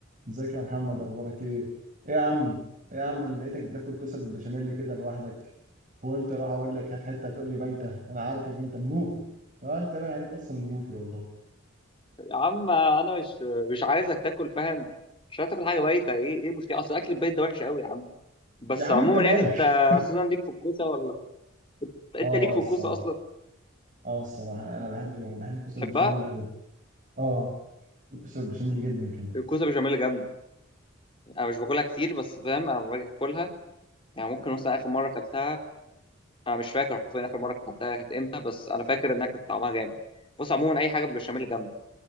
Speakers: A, on the right (about 40°); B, on the left (about 25°).
A: ازيك يا محمد اخبارك ايه؟ ايه يا عم؟ ايه يا عم انا لقيتك بتاكل كوسه بالبشاميل كده لوحدك وقلت اروح اقول لك هات حته هتقول لي بايته انا عارفك انت منوفي اه انت باين عليك اصلا منوفي والله
B: يا عم انا مش مش عايزك تاكل فاهم مش عايز تاكل حاجه بايته ايه ايه المشكله اصل اكل البيت ده وحش قوي يا عم بس
A: يا عم
B: عموما
A: انت مالك؟
B: يعني انت
A: <laughs>
B: اساسا ليك في الكوسه ولا انت
A: اه
B: ليك
A: اه
B: في
A: الصراحه
B: الكوسه اصلا
A: اه الصراحه انا بحب انا بحب الكوسه
B: بتحبها
A: بالبشاميل قوي اه الكوسه بالبشاميل جدا كمان
B: الكوسه بشاميل جامد انا مش باكلها كتير بس فاهم انا لما باجي اكلها يعني ممكن مثلا اخر مره اكلتها انا مش فاكر حرفيا اخر مره اكلتها كانت امتى بس انا فاكر انها كانت طعمها جامد بص عموما اي حاجه بالبشاميل جامده